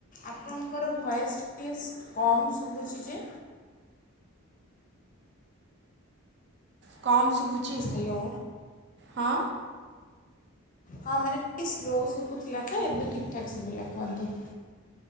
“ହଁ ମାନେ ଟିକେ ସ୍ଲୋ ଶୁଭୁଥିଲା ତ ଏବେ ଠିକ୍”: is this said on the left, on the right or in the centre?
Left